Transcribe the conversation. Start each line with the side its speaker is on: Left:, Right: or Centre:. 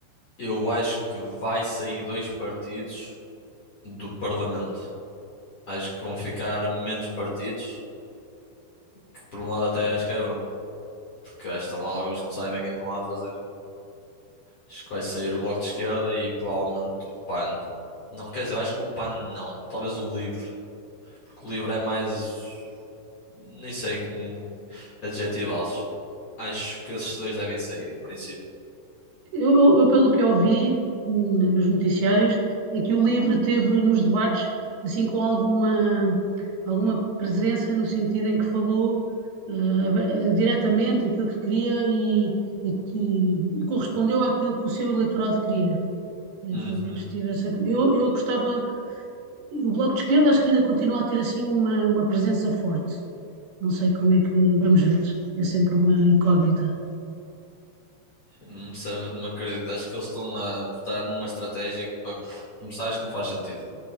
Left: eu acho que vai sair dois partidos do Parlamento. Acho que vão ficar menos partidos, que por um lado até acho que é bom, porque acho que estão lá alguns que não sabem o que é que estão lá a fazer. Acho que vai sair o Bloco de Esquerda e provavelmente o PAN. Não, quer dizer, eu acho que o PAN não, talvez o LIVRE, porque o LIVRE é mais, nem sei como adjetivá-los. Acho que esses dois devem sair, em princípio.
Right: Eu, eu- eu, pelo que eu ouvi hum, nos noticiários, é que o Livre teve nos debates, assim, com alguma, alguma presença no sentido em que falou eh, abe- eh, diretamente aquilo que queria e, e, e- e correspondeu àquilo que o seu eleitorado queria. Eh,
Left: Uhum.
Right: Pelo menos tive essa. Eu, eu apostava. E o Bloco de Esquerda acho que ainda continua a ter assim uma, uma presença forte. Não sei como é que vamos ver. É sempre uma incógnita.
Left: Hum, Sinceramente não acredito. Acho que eles estão a apostar numa estratégia que para começar acho que não faz sentido.